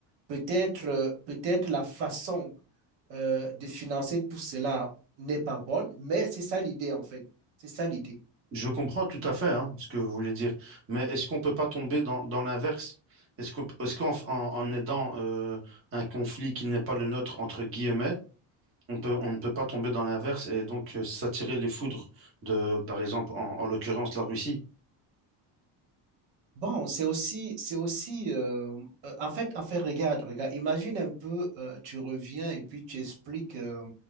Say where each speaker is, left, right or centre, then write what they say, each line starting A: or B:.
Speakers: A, on the right (about 75°); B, on the right (about 30°).
A: Peut-être euh, peut-être la façon euh, de financer tout cela n'est pas bonne, mais c'est ça l'idée en fait. C'est ça l'idée.
B: Je comprends tout à fait hein, ce que vous voulez dire, mais est-ce qu'on peut pas tomber dans, dans l'inverse? Est-ce qu'on, est-ce qu'en en, en aidant euh, un conflit qui n'est pas le nôtre, entre guillemets, on peut, on ne peut pas tomber dans l'inverse et donc euh, s'attirer les foudres de, par exemple, en, en l'occurrence, la Russie?
A: Bon, c'est aussi, c'est aussi, euh, euh, en fait, en fait, regarde, regarde, imagine un peu, euh, tu reviens et puis tu expliques euh,